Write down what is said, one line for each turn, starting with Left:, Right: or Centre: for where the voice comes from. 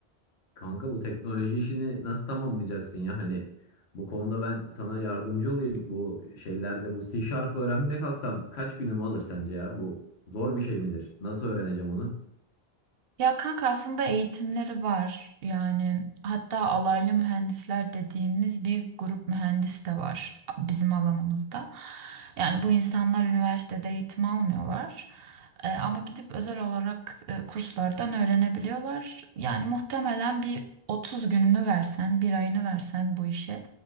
Left: Kanka bu teknoloji işini nasıl tamamlayacaksın ya? Hani bu konuda ben sana yardımcı olayım. Bu şeylerde bu C Sharp öğrenmeye kalksam kaç günümü alır sence ya? Bu zor bir şey midir? Nasıl öğreneceğim onu?
Right: Ya kanka aslında eğitimleri var. Yani hatta alaylı mühendisler dediğimiz bir grup mühendis de var bizim alanımızda. Yani bu insanlar üniversitede eğitim almıyorlar. Ee, ama gidip özel olarak e, kurslardan öğrenebiliyorlar. Yani muhtemelen bir 30 gününü versen, bir ayını versen bu işe